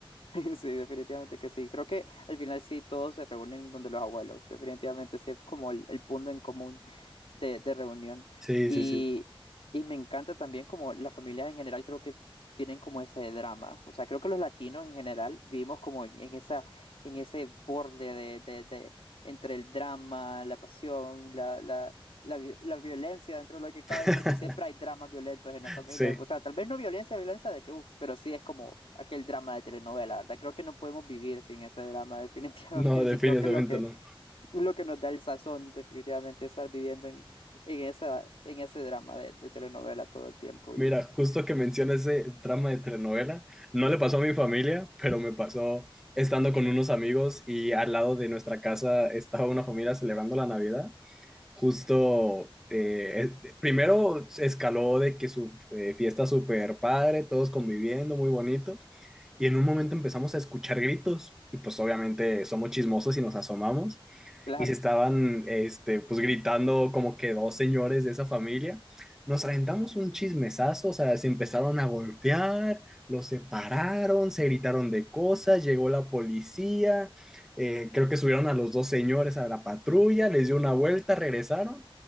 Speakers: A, on the left; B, in the centre.
A: <laughs> Sí, definitivamente que sí. Creo que al final sí todos se reúnen donde los abuelos. Definitivamente sí es como el, el punto en común de, de reunión.
B: Sí,
A: Y,
B: sí, sí.
A: y me encanta también como las familias en general creo que tienen como ese drama. O sea, creo que los latinos en general vivimos como en, en esa, en ese borde de, de, de entre el drama, la pasión, la la, la, vi- la violencia dentro de lo que cabe,
B: <laughs>
A: porque siempre hay dramas violentos en la familia.
B: Sí.
A: O sea, tal vez no violencia, violencia de que, uff, pero sí es como aquel drama de telenovela, ¿verdad? Creo que no podemos vivir sin ese drama, <laughs> definitivamente.
B: No, definitivamente
A: Y creo que es lo que,
B: no.
A: es lo que nos da el sazón, definitivamente, estar viviendo en, en esa, en ese drama de, de telenovela todo el tiempo.
B: Mira,
A: Y
B: justo que mencionas ese trama de telenovela, no le pasó a mi familia, pero me pasó estando con unos amigos y al lado de nuestra casa estaba una familia celebrando la Navidad. Justo, eh, eh, primero se escaló de que su eh, fiesta super padre, todos conviviendo, muy bonito. Y en un momento empezamos a escuchar gritos y pues obviamente somos chismosos y nos asomamos
A: claro.
B: y se estaban este, pues gritando como que dos señores de esa familia. Nos aventamos un chismesazo, o sea, se empezaron a golpear, los separaron, se gritaron de cosas, llegó la policía, eh, creo que subieron a los dos señores a la patrulla, les dio una vuelta, regresaron